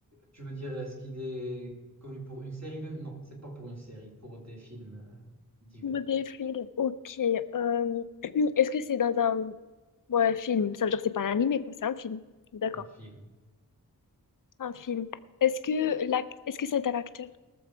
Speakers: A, on the right (about 45°); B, on the left (about 55°).
A: tu veux dire, est-ce qu'il est connu pour une série de... Non, c'est pas pour une série, pour des films euh, divers.
B: Des films, ok. euh, <clears throat> est-ce que c'est dans un ouais, film? Ça veut dire que c'est pas un animé, quoi, c'est un film. D'accord,
A: C'est un film.
B: un film. Est-ce que l'act... est-ce que c'est un acteur?